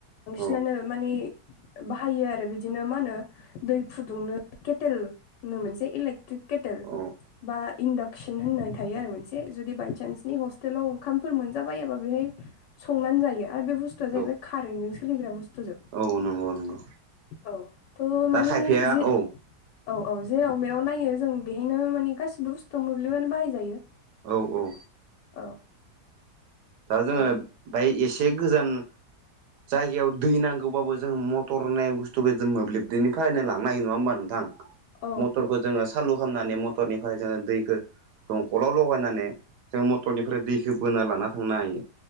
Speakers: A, on the right; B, on the left.
A: औ
B: बिनानो माने बाहायो आरो बिदिनो मा होनो दै फुदुंनो केटेल मोनसे इलेक्ट्रिक केटेल
A: औ
B: बा इन्डाक्सन होननानै थायो आरो मोनसे एसे जुदि बायसान्सनि हस्टेलाव ओंखामफोर मोनजाबायाबा बेहाय संनानै जायो। आरो बे बुस्थुआ जाहैबाय
A: औ
B: कारेनन्टजों सलिग्रा बुस्थु जोब
A: औ नंगौ नंगौ
B: औ त'
A: दा
B: माने
A: खायफाया
B: जि
A: औ
B: औ औ जेराव मेराव नायो जों बेहायनो माने गासिबो बुस्थुआव मोब्लिबानो बाहायजायो।
A: औ औ
B: औ
A: दा जोङो
B: औ
A: बाय एसे गोजान जायगायाव दै नांगौबाबो मथर होननाय बुथुखौ मोब्लिबनिफ्रायनो लांनो हायो नङा हबा नोंथां
B: औ
A: मथरखौ जोङो सालु खालामनानै मटरनिफ्राय जोङो दैखौ दंखलाव लगायनानै जों मटरनिफ्राय दै ख बोना लाना थांनो हायो